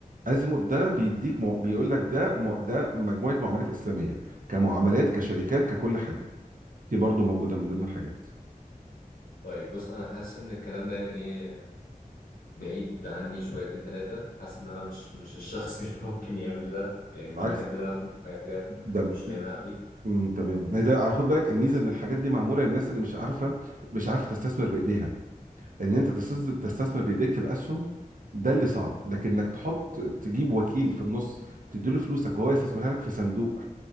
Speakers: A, on the right (about 65°); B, on the left (about 70°).
A: ازيموت ده بيديك مو... بيقول لك ده مو... ده مجموعه معاملات اسلاميه كمعاملات كشركات ككل حاجه دي برضو موجوده من ضمن الحاجات
B: طيب بص انا حاسس ان الكلام ده يعني ايه بعيد عني شويتين ثلاثة حاسس ان انا مش مش الشخص <laughs> اللي ممكن يعمل ده يعني مش
A: العكس
B: بحب ان انا اخد حاجة
A: ده
B: مش فاهمها قوي
A: امم تمام هي ده على خد بالك الميزه ان الحاجات دي معموله للناس اللي مش عارفه مش عارفه تستثمر بايديها ان انت تستثمر تستثمر بايديك في الاسهم ده اللي صعب لكن انك تحط تجيب وكيل في النص تديله فلوسك وهو يستثمرها لك في صندوق